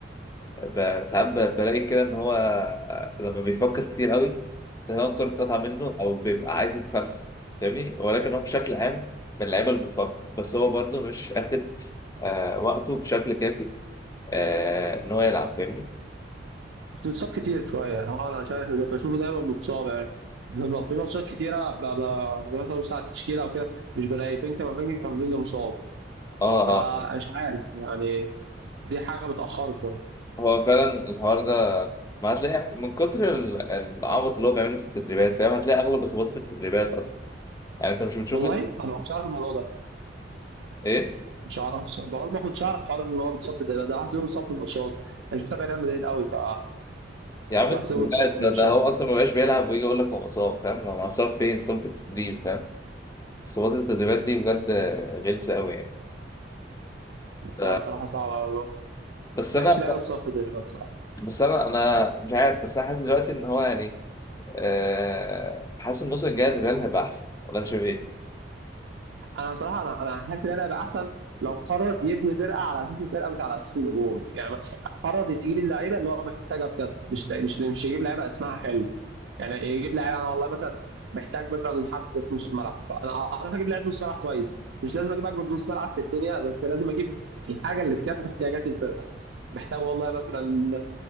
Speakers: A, on the left (about 20°); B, on the right (about 80°).
A: ب- ساعات ب- بلاقي كده إن هو لما بيفكر كتير قوي تمام الكورة بتقطع منه أو بيبقى عايز يتفلسف فاهمني ولكن هو بشكل عام من اللعيبة اللي بتفكر بس هو برضه مش آخد آه وقته بشكل كافي آه إن هو يلعب فاهمني
B: بس بيتصاب كتير شوية يعني هو أنا شايف ده- بشوفه دايما متصاب يعني في في ماتشات كتيرة ب- ب- ببقى مثلا ببص على التشكيلة وكده مش بلاقي فينكا ما فينكا كان فينكا مصاب
A: آه
B: فمش
A: آه
B: عارف يعني دي حاجة بتأخره شوية
A: هو فعلا الحوار ده ما هتلاقي من كتر ال- العبط اللي هو بيعمله في التدريبات فاهم هتلاقي أغلب إصاباته في التدريبات أصلا يعني أنت مش بتشوفه
B: والله أنا ما كنتش عارف الموضوع ده
A: إيه؟
B: مش عارف بس- بقول ما كنتش عارف حوار إن هو بيتصاب في الدوري ده حاسس إنه بيتصاب في الماتشات أنا مش متابع ريال مدريد قوي ف
A: يا عم
B: بحس
A: انت
B: إنه
A: بالله،
B: بيتصاب في الماتشات
A: ده ده هو اصلا ما بقاش بيلعب ويجي يقول لك هو مصاب فاهم هو مصاب فين؟ مصاب في التدريب فاهم؟ صوت التدريبات دي بجد غلسه قوي يعني ف-
B: لا صراحة صعبة أوي. ما
A: بس انا
B: بحبش اللعيبة بتصاب في الدوري بصراحة
A: بس انا انا مش عارف بس انا حاسس دلوقتي ان هو يعني آه، حاسس الموسم الجاي الريال هيبقى احسن ولا انت شايف ايه؟
B: انا بصراحه انا انا حاسس ان انا هيبقى احسن لو قرر يبني فرقه على اساس الفرقه مش على اساس النجوم يعني قرر يجيب اللعيبه اللي هو محتاجها بجد مش لا- مش مش يجيب لعيبه اسمها حلو يعني يجيب لعيبه انا والله مثلا محتاج مثلا حد في نص الملعب فانا انا هجيب لعيب نص ملعب كويس مش لازم اجيب اجمد نص ملعب في الدنيا بس لازم اجيب الحاجه اللي تكفي احتياجات الفرقه محتاج والله مثلا